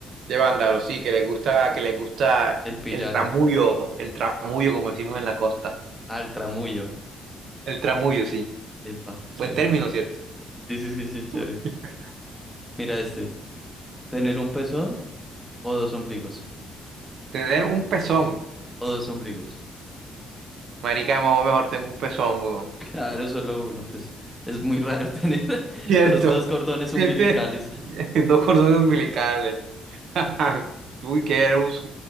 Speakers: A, on the right; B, in the centre.
A: de vándalos, sí, que les gusta, que les gusta
B: El pillaje.
A: el tramullo, el tramullo, como decimos en la costa.
B: Al tramullo.
A: El tramullo, sí.
B: Epa,
A: Buen
B: chévere.
A: término, ¿cierto?
B: Sí, sí, sí, sí, chévere.
A: <laughs>
B: Mira este. ¿Tener un pezón o dos ombligos?
A: Tener un pezón.
B: O dos ombligos. <laughs>
A: Marica, mamá, mejor tengo un pezón, weón.
B: Claro, solo uno, pues es muy raro tener <laughs>
A: ¿Cierto?
B: dos, dos cordones
A: Siete-
B: umbilicales.
A: <laughs> Dos cordones umbilicales. <laughs> Uy, que eres,